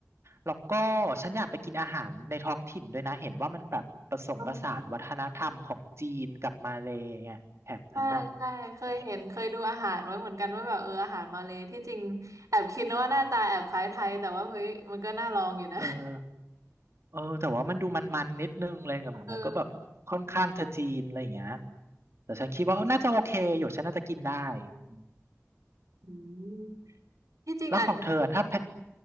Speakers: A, on the right; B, on the right.
A: แล้วก็ฉันอยากไปกินอาหารในท้องถิ่นด้วยนะเห็นว่ามันแบบผสมผสานวัฒนธรรมของจีนกับมาเลย์ไงแถบนั้นน่ะ
B: อ๋อใช่ใช่ใช่เคยเห็นเคยดูอาหารไว้เหมือนกันว่าแบบเอออาหารมาเลยที่จริงแอบคิดนะว่าหน้าตาแอบคล้ายไทยแต่ว่าเฮ้ยมันก็น่าลองอยู่นะ
A: ฉันอืมเออเออแต่ว่ามันดูมันๆนิดนึงเลยแบบมันก็แบบค่อนข้างจะจีนอะไรอย่างเงี้ย
B: เออ
A: แต่ฉันคิดว่าเออน่าจะโอเคอยู่ฉันน่าจะกินได้อืม
B: อืมที่จริงอาจจะ
A: แล้วของเธอถ้าแพะ